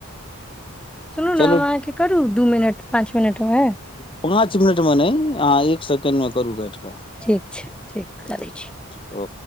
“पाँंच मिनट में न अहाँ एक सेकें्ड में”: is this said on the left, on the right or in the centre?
Left